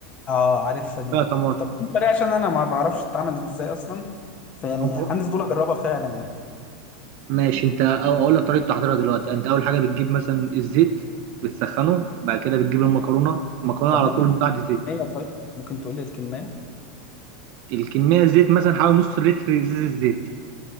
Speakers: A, on the left; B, on the right.
A: اه عارفها دي
B: فيها طماطم
A: طب في طريقة عشان أنا ما بعرفش تتعمل إزاي أصلا فيعني
B: ممكن
A: عندي فضول أجربها فعلا يعني
B: ماشي انت أو- اقول لك طريقه تحضيرها دلوقتي انت اول حاجه بتجيب مثلا الزيت بتسخنه بعد كده بتجيب المكرونه
A: تمام.
B: المكرونه
A: طب
B: على
A: ممكن
B: طول
A: تقول
B: بعد زيت
A: لي الكمية طيب ممكن تقول لي الكمية
B: الكميه الزيت مثلا حوالي نص لتر ازازه زيت